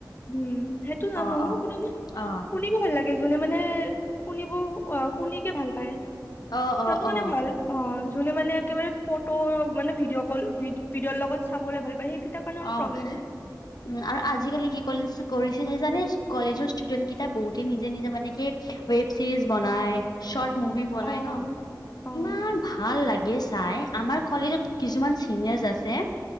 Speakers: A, on the left; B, on the left.
A: উম, সেইটো জানোঁ
B: অ অ
A: কিন্তু কি,
B: অ
A: শুনিব ভাল লাগে। যোনে মানে শুনিব অ', শুনিকে ভাল পায়
B: অ
A: যোনটো
B: অ
A: মানে
B: অ
A: ভাল অ', যোনে মানে একেবাৰে ফটো মানে ভিডিঅ' কল ভিডিঅ'ৰ লগত চাবলৈ ভাল পায় সেইকেইটাৰ কাৰণে অলপ
B: অ
A: প্ৰব্লেম।
B: উম, আৰু আজিকালি কি কৰিছে কৰিছে যানে কলেজৰ ষ্টুডেন্ট কেইটা বহুতে নিজে নিজে মানে কি ৱেব চিৰিজ বনাই শ্বৰ্ট মুভি বনাই
A: অ',
B: ন'
A: অ',
B: ইমান ভাল লাগে <unintelligible> চাই আমাৰ কলেজত কিছুমান চিনিয়ৰ্ছ আছে